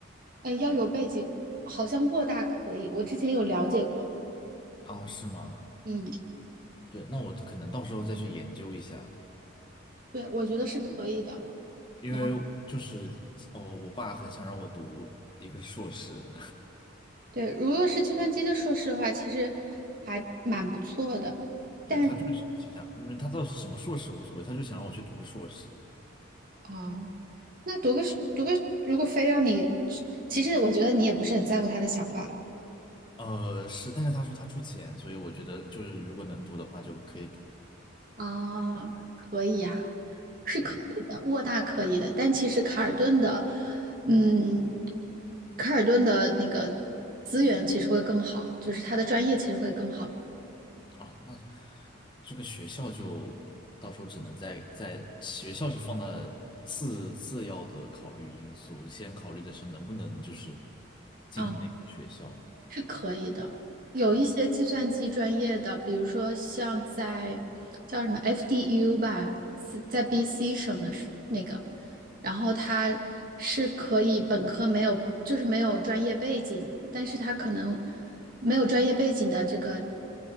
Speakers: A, on the right; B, on the left.
A: 嗯，要有背景，好像沃大可以，我之前有了解过。
B: 啊？是吗？
A: 嗯，
B: 对，那我可能到时候再去研究一下。
A: 对，我觉得是可以的。
B: 因为就是我我爸很想让我读一个硕士，
A: 然后，对，如果是计算机的硕士的话，其实还蛮不错的。
B: <laughs> 对，
A: 但
B: 他就是只想，因为他到底是什么硕士无所谓，他就想让我去读个硕士。
A: 啊、那读个读个，如果非要你，其实我觉得你也不是很在乎他的想法
B: 呃，是，但是他说他出钱，所以我觉得就是如果能读的话就可以读。
A: 哦，可以呀，是可以的，
B: 对
A: 沃大可以的，但其实卡尔顿的，嗯，卡尔顿的那个资源其实会更好，就是他的专业其实会更好。
B: 啊，那这个学校就到时候只能在在学校是放在次次要的考虑因素，先考虑的是能不能就是进那个学校。
A: 啊。是可以的。有一些计算机专业的，
B: 哦。
A: 比如说像在叫什么 FDU 吧，是在 BC 省的是那个，然后他是可以本科没有，就是没有专业背景，但是他可能没有专业背景的这个